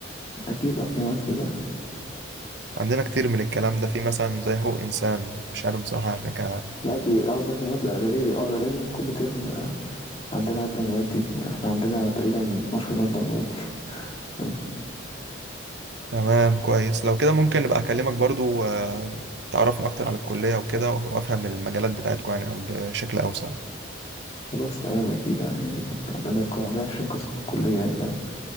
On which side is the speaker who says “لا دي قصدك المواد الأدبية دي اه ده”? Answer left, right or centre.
Left